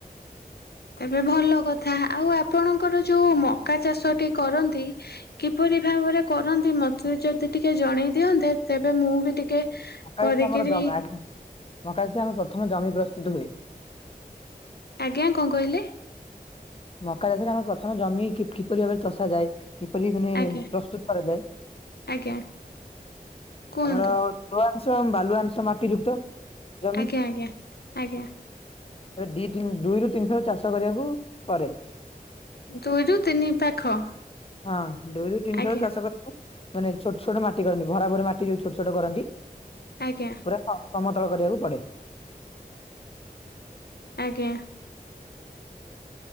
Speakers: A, on the left; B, on the left.
A: ତେବେ ଭଲ କଥା ଆଉ ଆପଣଙ୍କର ଯୋଉ ମକା ଚାଷଟି କରନ୍ତି। କିପରି ଭାବରେ କରନ୍ତି ମତେ ଯଦି ଟିକେ ଜଣେଇ ଦିଅନ୍ତେ ତେବେ ମୁଁ ବି ଟିକେ
B: ମକା
A: କରିକିରି
B: ଚାଷ ଆମର ଜ ଆଜ୍ଞା ମକା ଚାଷ ଆମେ ପ୍ରଥମ ଜମି ପ୍ରସ୍ତୁତ ହୁଏ।
A: ଆଜ୍ଞା କଣ କହିଲେ?
B: ମକା ଚାଷରେ ଆମର ପ୍ରଥମ ଜମି କିପରି ଭାବରେ ଚଷାଯାଏ। କିପରି ମାନେ
A: ଆଜ୍ଞା
B: ପ୍ରସ୍ତୁତ କରାଯାଏ
A: ଆଜ୍ଞା କୁହନ୍ତୁ
B: ଆମର <unintelligible> ଅଂଶ ବାଲୁ ଅଂଶ ମାଟି ଯୁକ୍ତ ଜମି
A: ଆଜ୍ଞା ଆଜ୍ଞା ଆଜ୍ଞା।
B: ଏବେ ଦି ତିନି ଦୁଇରୁ ତିନି ଥର ଚାଷ କରିବାକୁ ପରେ।
A: ଦୁଇରୁ ତିନି ପାଖ
B: ହଁ ଦୁଇ ରୁ ତିନି
A: ଆଜ୍ଞା
B: ଥର ଚାଷ କରିବା। ମାନେ ଛୋଟ ଛଟ ମାଟି କରନ୍ତି ଭରା ଭରି ମାଟି ଯୋଉ ଛୋଟ ଛୋଟ କରନ୍ତି।
A: ଆଜ୍ଞା।
B: ପୁରା ସମତଳ କରିବାକୁ ପଡ଼େ।
A: ଆଜ୍ଞା।